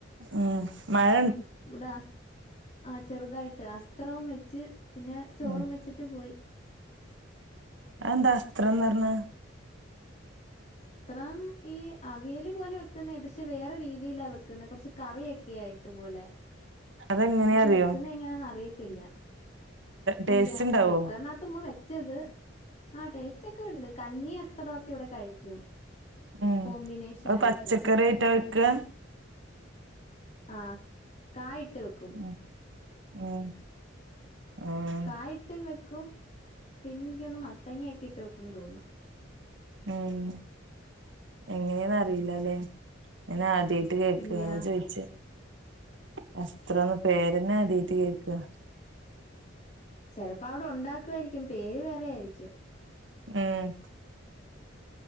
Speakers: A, on the right; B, on the left.
A: ഉം മഴ
B: ഇവിടാസ് ആ ചെറുതായിട്ട് ആസ് <unintelligible> വെച്ച് പിന്നെ ചോറും
A: ഉം
B: വെച്ചിട്ട് പോയി
A: അത് എന്താ അസ്ത്രം ന്ന് പറഞ്ഞാ
B: അസ് ത്രം ഈ അവിയല് പോലെ ക്ക്ന്നേ പക്ഷെ വേറെ രീ തീല വെക്കുന്നെ കുറച്ച് കറീയക്കെ ആയിട്ട് പോലെ
A: അതെങ്ങനെയാ
B: എനിക്ക്
A: അറിയോ
B: വെക്കുന്ന എങ്ങനാന്ന് അറിയത്തില്ല
A: ടേസ്റ്റ്
B: ഇല്ല
A: ഉണ്ടാവോ
B: കുക്കറിനകത്ത് ഉമ്മ വെച്ചത് ആ ടേസ്റ്റ് ഒക്കെ ഉണ്ട് കഞ്ഞി <unintelligible> ക്കെ ഇവിടെ കഴിക്കും
A: ഉം
B: കോമ്പിനേഷൻ
A: അത്
B: ആയിട്ട്.
A: പച്ചക്കറിയായിട്ടാ വെക്കാ
B: ആഹ് കായ് ട്ട് വെക്കും
A: ഉം ഉം ഉം
B: കായിട്ടും വെ ക്കും പിന്നെ എനിക്കൊന്ന് മത്തങ്ങ ഒക്കെ ഇട്ട് വെക്കുംന്ന് തോന്നുന്നു
A: ഉം എങ്ങനെയാന്ന് അറിയില്ലല്ലേ <unintelligible> <unintelligible> കേൾക്കുക
B: ഇല്ല
A: <unintelligible> ചോയിച്ചേ <unintelligible> പേരന്നെ ആദ്യായായിട്ട് കേൾക്കാ
B: ചെലപ്പോ അവിടെ ഉണ്ടാക്കുവായിരിക്കും പേര് വേറെ ആയിരിക്കും
A: ഉം